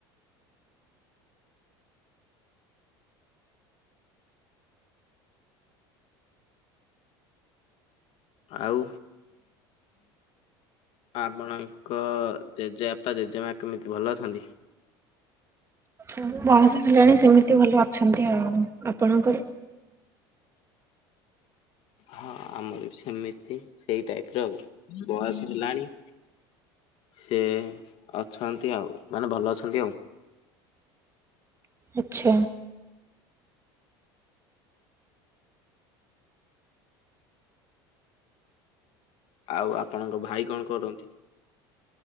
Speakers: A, on the left (about 55°); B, on the right (about 25°).
A: ଆଉ। ଆପଣଙ୍କ ଜେଜେବାପା ଜେଜେମା କେମିତି ଭଲ ଅଛନ୍ତି?
B: ତାଙ୍କୁ ବୟସ ହେଲାଣି ସେମିତି ଭଲ ଅଛନ୍ତି। ଆଉ ଆପଣଙ୍କର?
A: ହଁ ଆମର ବି ସେମିତି ସେଇ ଟାଇପ ର ଆଉ। ବୟସ ହେଲାଣି। ସେ ଅଛନ୍ତି ଆଉ ମାନେ ଭଲ ଅଛନ୍ତି ଆଉ।
B: ଆଚ୍ଛା।
A: ଆଉ ଆପଣଙ୍କ ଭାଇ କଣ କରନ୍ତି?